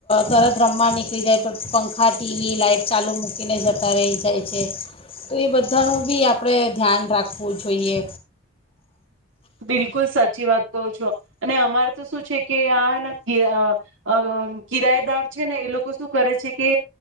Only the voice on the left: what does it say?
તરત રમવા નીકળી જાય તો પંખ હા ટીવી લાઇટ ચાલુ મૂકીને જતા રહી જાય છે તો એ બધાનું બી આપણે ધ્યાન રાખવું જોઈએ.